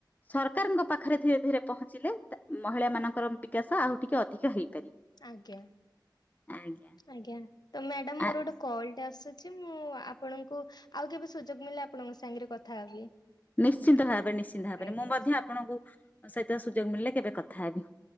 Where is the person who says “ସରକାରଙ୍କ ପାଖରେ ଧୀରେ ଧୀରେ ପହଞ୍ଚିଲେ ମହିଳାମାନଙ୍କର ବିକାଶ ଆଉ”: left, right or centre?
Left